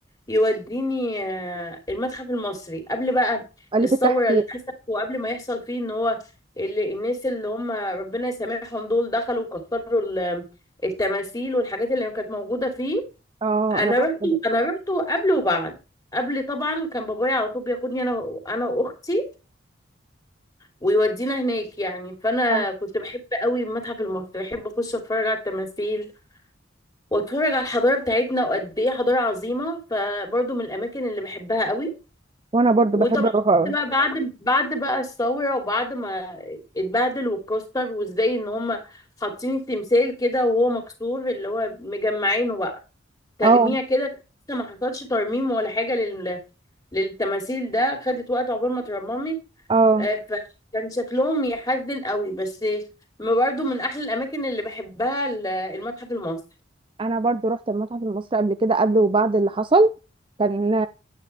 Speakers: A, on the left; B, on the right.
A: يوديني آه، المتحف المصري قبل بقى
B: الف
A: الثوره
B: التحرير
A: اللي حصلت وقبل ما يحصل فيه ان هو اللي الناس اللي هم ربنا يسامحهم دول دخلوا وكسروا ال- التماثيل والحاجات اللي كانت موجوده فيه
B: اه
A: انا
B: انا رحت
A: رحت
B: ب-
A: انا رحت قبل وبعد قبل طبعا كان بابايا على طول بياخدني انا انا واختي ويودينا هناك يعني فانا
B: اه
A: كنت بحب قوي المتحف المصري بحب اخش اتفرج على التماثيل واتفرج على الحضاره بتاعتنا وقد ايه حضاره عظيمه فبرضو من الاماكن اللي بحبها قوي
B: وانا برضو
A: وطبعا
B: بحب اروح أوي.
A: كنت بقى بعد بعد بقى الثوره وبعد ما اتبهدل واتكسر وازاي ان هم حاطين التمثال كده وهو مكسور اللي هو مجمعينه بقى تجميع
B: اه
A: كده لسه ما حصلش ترميم ولا حاجه لل للتماثيل ده خدت وقت عقبال ما اترممت
B: اه
A: آه، فكان شكلهم يحزن قوي بس ما برضو من احلى الاماكن اللي بحبها ال- المتحف المصري
B: انا برضو رحت المتحف المصري قبل كده قبل وبعد اللي حصل كان